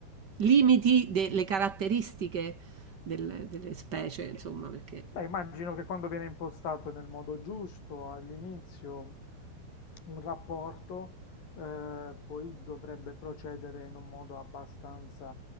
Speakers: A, on the right (about 70°); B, on the left (about 50°).
A: limiti delle caratteristiche del- delle specie, insomma, perché
B: Beh, immagino che quando viene impostato nel modo giusto all'inizio un rapporto, eh, poi dovrebbe procedere in un modo abbastanza,